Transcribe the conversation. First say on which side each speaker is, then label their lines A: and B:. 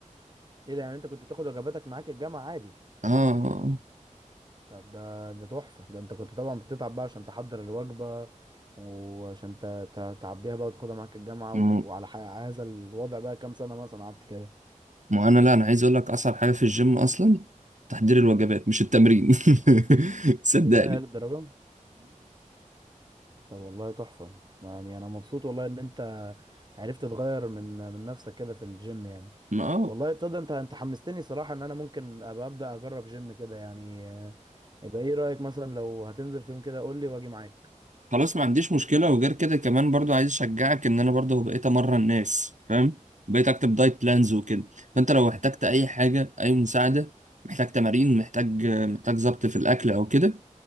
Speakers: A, on the right; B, on the right.
A: ايه ده يعني انت كنت بتاخد وجباتك معاك الجامعه عادي
B: اه آه،
A: طب ده ده تحفة ده انت كنت طبعا بتتعب بقى عشان تحضر الوجبة وعشان ت- ت- تعبيها بقى وتاخدها معاك الجامعة
B: آه.
A: وعلى
B: م-
A: ح- هذا الوضع بقى كام سنة مثلا قعدت كده
B: ما انا لا انا عايز اقول لك اصعب حاجة في الجيم اصلا تحضير الوجبات مش التمرين <laughs> صدقني
A: يا للدرجة طب والله تحفة يعني انا مبسوط والله ان انت عرفت تغير من من نفسك كده في الجيم يعني
B: امم
A: والله تصدق انت انت حمستني صراحة ان انا ممكن ابقى ابدأ اجرب جيم كده يعني آه، يبقى ايه رأيك مثلا لو هتنزل في يوم كده قول لي واجي معاك
B: خلاص ما عنديش مشكلة وغير كده كمان برضو عايز اشجعك ان انا برضو بقيت امرن الناس فاهم بقيت اكتب دايت بلانز وكده فانت لو احتجت اي حاجة اي مساعدة محتاج تمارين محتاج محتاج ظبط في الاكل او كده